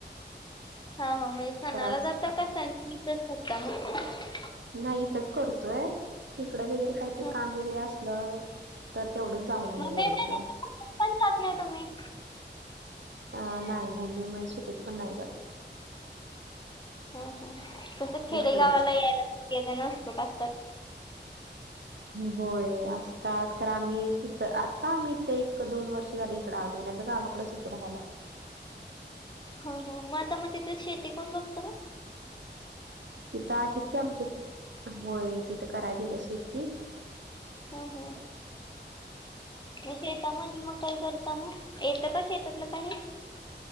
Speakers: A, on the left (about 25°); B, on the right (about 75°).
A: हा ह म्हये सणाला
B: खरास
A: जाता का सण इथंच करता मग?
B: नाही इथंच करतोय तिकड वगैरे काही ते
A: ह
B: काम वगैरे असलं तर तेवढंच जाऊनी
A: मग मे
B: यायचं.
A: महिन्यात पण जात नाही तुम्ही.
B: अ नाही नाही मी मंह सुटीत पण नाही जात.
A: ह ह तसं खेडेगावाला
B: इकडच
A: यायला सगळे जनं उत्सुक असतात.
B: होय असतात खर आम्ही तिथ आता आम्ही ईते एक दोन वर्ष झाले इकड आलो ना त गावाकड होतो राहायला.
A: हं हं म आता म तिथं शेती कोण बघत म.
B: तिथं आहेत की आमच्या होय तिथं कराय दिल्या शेती.
A: हूं हूं! मग शेतामध्ये मग काही करता मग, येतं का शेतातलं काही.